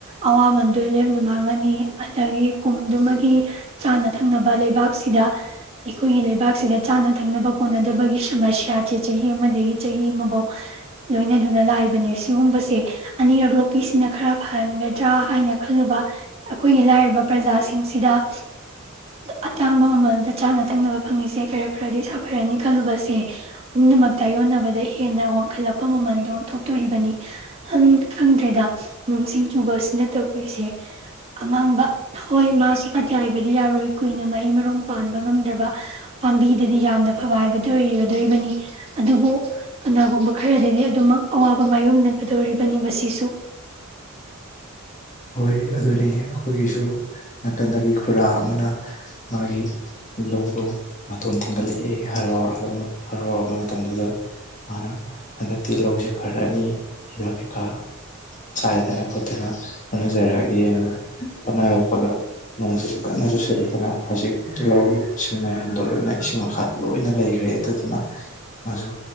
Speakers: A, on the right (about 25°); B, on the left (about 35°).
A: ꯑꯋꯥ ꯃꯟꯗꯣ ꯂꯦꯝꯅ ꯃꯥꯡꯉꯅꯤ ꯑꯗꯒꯤ ꯀꯨꯝꯗꯨꯃꯒꯤ ꯆꯥꯅ ꯊꯛꯅꯕ ꯂꯩꯕꯥꯛꯁꯤꯗ ꯑꯩꯈꯣꯏꯒꯤ ꯂꯩꯕꯥꯛꯁꯤꯗ ꯆꯥꯅ ꯊꯛꯅꯕ ꯀꯣꯠꯅꯗꯕꯒꯤ ꯁꯃꯁ꯭ꯌꯥꯁꯦ ꯆꯍꯤ ꯑꯃꯗꯒꯤ ꯆꯍꯤ ꯑꯃꯐꯧ ꯂꯣꯏꯅꯗꯨꯅ ꯂꯥꯛꯏꯕꯅꯦ ꯁꯤꯒꯨꯝꯕꯁꯦ ꯑꯅꯤꯔꯛ ꯂꯣꯛꯄꯤꯁꯤꯅ ꯈꯔ ꯐꯍꯟ ꯍꯥꯏꯅ ꯈꯜꯂꯨꯕ ꯑꯩꯈꯣꯏꯒꯤ ꯂꯥꯏꯔꯕ ꯄ꯭ꯔꯖꯥꯁꯤꯡꯁꯤꯗ ꯑꯇꯥꯡꯕ ꯃꯃꯜꯗ ꯆꯥꯅ ꯊꯛꯅꯕ ꯐꯪꯉꯤꯁꯦ ꯈꯔ ꯈꯔꯗꯤ ꯁꯥꯐꯔꯅꯤ ꯈꯜꯂꯨꯕꯁꯦ ꯄꯨꯝꯅꯃꯛ ꯇꯥꯌꯣꯟꯅꯕꯗ ꯍꯦꯟꯅ ꯋꯥꯡꯈꯠꯂꯛꯄ ꯃꯃꯜꯗꯣ ꯊꯣꯛꯇꯣꯔꯤꯕꯅꯤ ꯍꯝ ꯈꯪꯗ꯭ꯔꯦꯗ ꯅꯣꯡꯁꯤꯡ ꯆꯨꯕ ꯅ ꯇꯧꯔꯤꯁꯦ ꯑꯃꯥꯡꯕ ꯍꯣꯏ ꯃꯥꯁꯨ ꯐꯠꯇꯦ ꯍꯥꯏꯕꯗꯤ ꯌꯥꯔꯣꯏ ꯀꯨꯏꯅ ꯍꯩ ꯃꯔꯣꯡ ꯄꯥꯟꯕ ꯉꯝꯗ꯭ꯔꯕ ꯄꯥꯝꯕꯤꯗꯗꯤ ꯌꯥꯝꯅ ꯐꯕ ꯍꯥꯏꯕꯗꯣ ꯑꯣꯏꯒꯗꯣꯔꯤꯕꯅꯤ ꯑꯗꯨꯕꯨ ꯀꯅꯥꯒꯨꯝꯕ ꯈꯔꯗꯤ ꯑꯗꯨꯝꯃꯛ ꯑꯋꯥꯕ ꯃꯥꯏꯌꯣꯛꯅꯒꯗꯧꯔꯤꯕꯅꯤ ꯃꯁꯤꯁꯨ
B: ꯍꯣꯏ ꯑꯗꯨꯅꯤ ꯑꯩꯈꯣꯏꯒꯤꯁꯨ ꯅꯥꯀꯟꯗꯒꯤ ꯈꯨꯔꯥ ꯑꯃꯅ ꯃꯥꯒꯤ ꯂꯧꯗꯣ ꯃꯇꯣꯟ ꯊꯤꯡꯒꯠꯂꯛꯑꯦ ꯍꯔꯥꯎꯔꯒ ꯍꯔꯥꯎꯔꯕ ꯃꯇꯝꯗꯨꯗ ꯃꯥꯅ ꯍꯟꯗꯛꯇꯤ ꯂꯧꯁꯦ ꯐꯔꯛꯑꯅꯤ ꯍꯤꯗꯥꯛ ꯀꯩꯀꯥ ꯆꯥꯏꯗꯅ ꯈꯣꯠꯇꯅ ꯍꯣꯠꯅꯖꯔꯛꯑꯒꯦꯅ ꯍꯣꯠꯅꯔꯛꯄꯗ ꯅꯣꯡꯁꯤꯁꯨ ꯀꯟꯅ ꯆꯨꯁꯤꯜꯂꯛꯇꯅ ꯍꯧꯖꯤꯛ ꯂꯧ ꯁꯤꯡ ꯃꯌꯥꯝꯗꯣ ꯂꯣꯏꯅ ꯏꯁꯤꯡ ꯃꯈꯥꯗ ꯂꯣꯏꯅ ꯂꯩꯈ꯭ꯔꯦ ꯑꯗꯨꯗꯨꯅ ꯃꯥꯁꯨ